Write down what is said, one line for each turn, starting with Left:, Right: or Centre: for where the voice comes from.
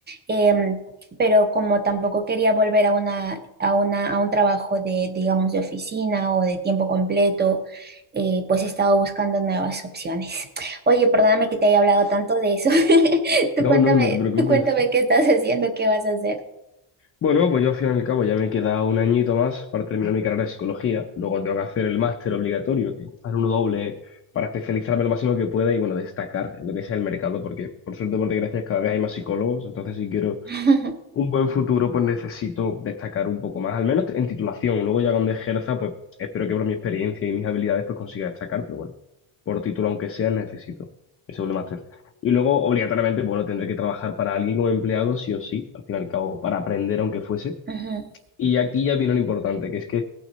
Right: em, pero como tampoco quería volver a una, a una, a un trabajo de, digamos, de oficina o de tiempo completo, eh, pues he estado buscando nuevas opciones. <laughs> Oye, perdóname que te haya hablado tanto de eso. <laughs> Tú
Left: No,
Right: cuéntame,
Left: no, no te preocupes.
Right: tú cuéntame qué estás haciendo, qué vas a hacer.
Left: Bueno, pues yo al final y al cabo ya me queda un añito más para terminar mi carrera de psicología. Luego tengo que hacer el máster obligatorio, que hacer uno doble para especializarme lo máximo que pueda y bueno, destacar en lo que sea el mercado, porque por suerte, o por desgracia, cada vez hay más psicólogos. Entonces, si quiero
Right: <laughs>
Left: un buen futuro, pues necesito destacar un poco más, al menos en titulación. Luego ya cuando ejerza, pues espero que por mi experiencia y mis habilidades pues consiga destacar, pero bueno, por título aunque sea, necesito ese doble máster. Y luego, obligatoriamente, bueno, tendré que trabajar para alguien como empleado, sí o sí, al fin y al cabo, para aprender aunque fuese.
Right: Ujú.
Left: Y aquí ya viene lo importante, que es que